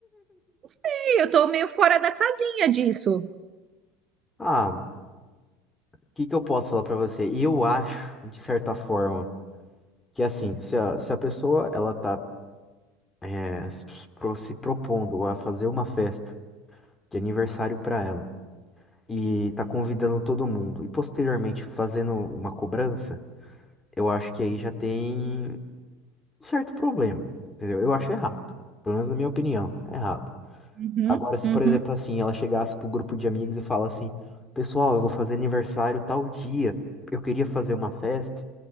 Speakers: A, on the right; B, on the left.
A: E eu tô meio fora da casinha disso.
B: Ah, o que que eu posso falar pra você? Eu acho, de certa forma, que assim, se a, se a pessoa ela tá é, se pro- se propondo a fazer uma festa de aniversário para ela e tá convidando todo mundo e posteriormente fazendo uma cobrança, eu acho que aí já tem um certo problema, entendeu? Eu acho errado, pelo menos na minha opinião, é errado.
A: Uhum,
B: Agora, se
A: uhum.
B: por exemplo assim, ela chegasse pro grupo de amigos e fala assim, pessoal, eu vou fazer aniversário tal dia, eu queria fazer uma festa